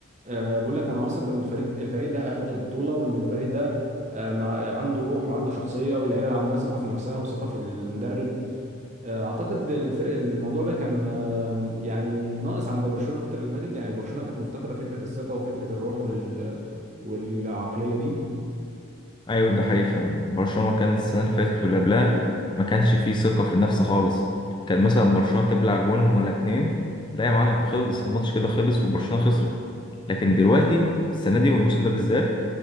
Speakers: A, on the right; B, on the left.
A: أه بقول لك انا واثق ان الفريق الفريق ده هياخد البطوله وان الفريق ده أه مع عنده روح وعنده شخصيه واللعيبه عندها ثقه في نفسها وثقه في المدرب أه اعتقد الفرق الموضوع ده كان أه يعني ناقص عند برشلونه الفتره اللي فاتت يعني برشلونه كانت مفتقده فكره الثقه وفكره الروح وال والعقليه دي
B: أيوة ده حقيقي فعلا برشلونة كان السنة اللي فاتت واللي قبلها ما كانش فيه ثقة في النفس خالص كان مثلا برشلونة تبلع جون ولا اتنين لا يا معلم خلص الماتش كده خلص وبرشلونة خسرت لكن دلوقتي السنة دي والموسم ده بالذات